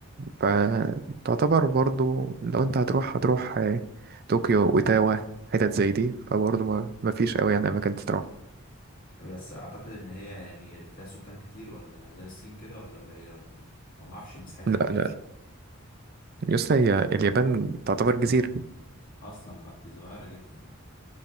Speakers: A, on the right (about 45°); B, on the left (about 40°).
A: فتعتبر برضو لو انت هتروح هتروح آه، طوكيو وتاوا حتت زي دي فبرضو ما ما فيش قوي يعني اماكن تروح
B: بس اعتقد ان هي يعني فيها سكان كتير ولا زي الصين كده ولا قليله ولا ايه انا ما اعرفش مساحتها
A: لا
B: دي
A: لا يسطا هي اليابان تعتبر جزيرة
B: اصلا بقى دي صغيره جدا يعني